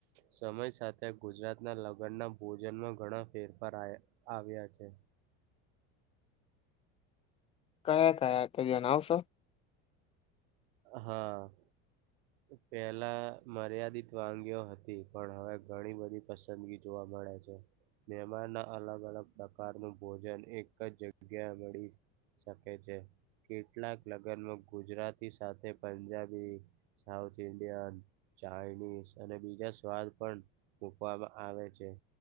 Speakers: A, on the right; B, on the left.
A: સમય સાથે ગુજરાતના લગ્નના ભોજનમાં ઘણા ફેરફાર આયા આવ્યા છે.
B: કયા કયા તે જણાવશ
A: હા પેહલા મર્યાદિત વાનગીઓ હતી પણ હવે ઘણી બધી પસંદગી જોવા મળે છે. મેહમાન ના અ અલગ અલગ પ્રકારનું ભોજન એક જ જગ્યા મળી શકે છે કેટલાક લગ્નમાં ગુજરાતી સાથે પંજાબી સાઉથ ઇન્ડિયન ચાાઈનીઝ અને બીજા સ્વાદ પણ મૂકવામાં આવે છે.